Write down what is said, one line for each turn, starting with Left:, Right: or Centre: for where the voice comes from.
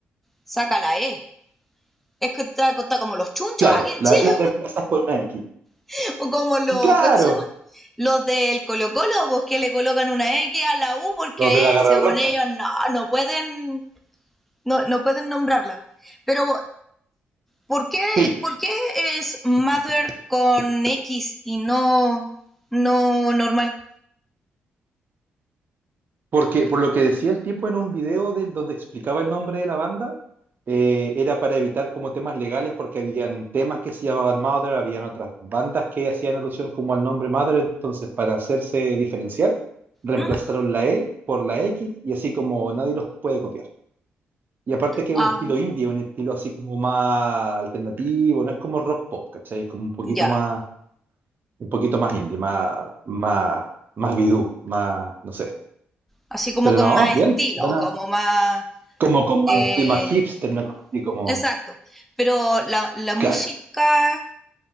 Centre: Saca la E. Es que está, está como los chunchos
Right: Claro,
Centre: aquí en
Right: la
Centre: Chile,
Right: E la reemplazas por una X.
Centre: <laughs> o como los...
Right: Claro,
Centre: ¿Cuánto se llama? Los del Colo Colo, pues que le colocan una X a la U porque
Right: los de la Garra
Centre: eh, según
Right: Blanca.
Centre: ellos no, no pueden, no, no pueden nombrarla. Pero ¿Por qué,
Right: Sí,
Centre: por qué es mother con X y no, no normal?
Right: Porque por lo que decía el tipo en un video del donde explicaba el nombre de la banda, eh, era para evitar como temas legales porque habían temas que se llamaban Mother, habían otras bandas que hacían alusión como al nombre Mother, entonces para hacerse diferenciar, reemplazaron
Centre: ¿Mm?
Right: la E por la X y así como nadie los puede copiar. Y aparte que
Centre: Ah,
Right: es un estilo indie, un estilo así como más alternativo, no es como rock pop, ¿cachai? Es como un poquito
Centre: ya.
Right: más, un poquito más indie, más, más, más bidú, más, no sé.
Centre: Así como
Right: Pero
Centre: con
Right: no,
Centre: más
Right: bien,
Centre: estilo,
Right: buena,
Centre: como más...
Right: como con más
Centre: eh,
Right: temas hipster, una cosa así como,
Centre: exacto. Pero la, la música
Right: claro,